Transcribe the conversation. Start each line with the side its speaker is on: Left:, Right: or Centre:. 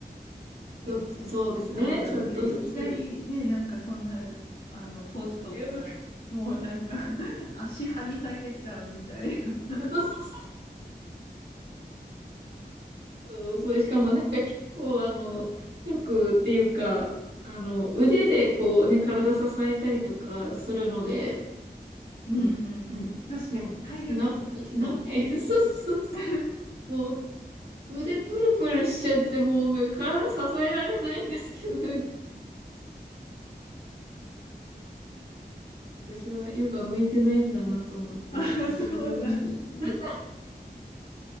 Left: こう
Right: ちょっと、そうですね。
Left: 体ね、
Right: ちょっとずつ。
Left: いきなりね、なんかそんな、あの、ポーズ取ったら、
Right: いや、そう、
Left: もうなんか <laughs> 足張り裂けちゃうみたいな。<laughs> ね
Right: そうそうそう、しかもなんか結構、あの、体力っていうか、あの、腕でこうね、体支えたりとかするので、
Left: うんうんうん。
Right: うん、うん、
Left: 確かに、体力もつきそ
Right: な、長い。<laughs> そうそうそ
Left: う。<laughs>
Right: う。もう腕プルプルしちゃって、もうね体支えられないんですけど、<laughs> 私はヨガ向いてないんだなと思って諦めました。
Left: あそうなんですね。
Right: <laughs>